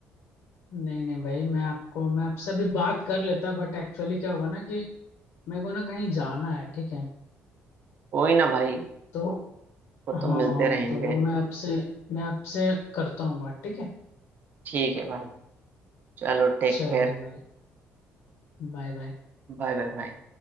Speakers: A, on the left; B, on the right.
A: नहीं नहीं भाई मैं आपको मैं आपसे अभी बात कर लेता बट एक्चुअली क्या हुआ ना कि मेरे को ना कहीं जाना है ठीक है
B: कोई ना भाई
A: तो
B: वो
A: हाँ
B: तो
A: हाँ
B: मिलते रहेंगे
A: तो वो मैं आपसे मैं आपसे करता हूँ बात ठीक है
B: ठीक है भाई चलो take
A: चलो
B: care
A: भाई Bye bye
B: Bye bye bye